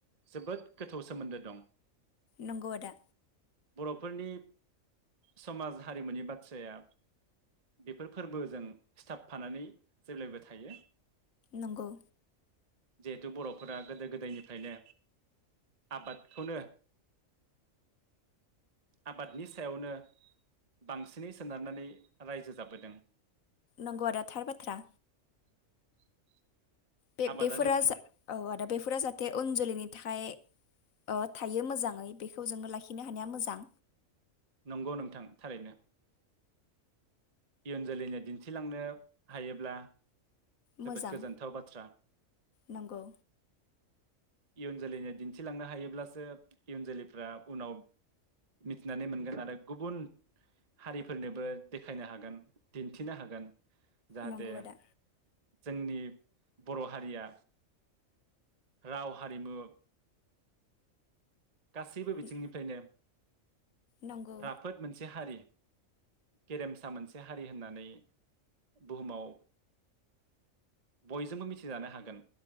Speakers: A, on the right (about 35°); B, on the left (about 80°).
A: जोबोद गोथौ सोमोन्दो दं।
B: नंगौ आदा
A: बर'फोरनि समाज हारिमुनि बाथ्राया बेफोर फोरबोजों सिथाबफानानै जेब्लायबो थायो।
B: नंगौ।
A: जिहेथु बर'फोरा गोदो गोदायनिफ्रायनो आबादखौनो आबादनि सायावनो बांसिनै सोनारनानै रायजो जाबोदों।
B: नंगौ आदा थार बाथ्रा।
A: <inaudible>
B: बे
A: आबादानो
B: बेफोरा औ आदा बेफोरा जाहाथे उन जोलैनि थाखाय ओ थायो मोजाङै बेखौ जोङो लाखिनो हानाया मोजां।
A: नंगौ नोंथां थारैनो। इयुन जोलैनो दिन्थिलांनो हायोब्ला जोबोद
B: मोजां
A: गोजोन्थाव बाथ्रा।
B: नंगौ
A: इयुन जोलैनो दिन्थिलांनो हायोब्लासो इयुन जोलैफ्रा उनाव मिथिनानै मोनगोन आरो गुबुन हारिफोरनोबो देखायनो हागोन दिन्थिनो हागोन। जाहाथे
B: नंगौ आदा
A: जोंनि बर' हारिया राव हारिमु गासैबो बिथिंनिफ्रायनो
B: न-
A: <inaudible>
B: नंगौ
A: राफोद मोनसे हारि। <inaudible> गेरेमसा मोनसे हारि होननानै बुहुमाव बयजोंबो मिथिजानो हागोन